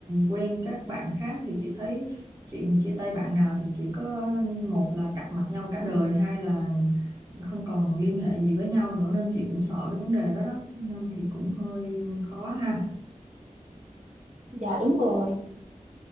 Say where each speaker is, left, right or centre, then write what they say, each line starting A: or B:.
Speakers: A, on the right; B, on the right.
A: quen các bạn khác thì chị thấy chị mà chia tay bạn nào thì chỉ có một là cạch mặt nhau cả đời hai là không còn liên hệ gì với nhau nữa nên chị cũng sợ cái vấn đề đó đó nên thì cũng hơi khó ha
B: dạ đúng rồi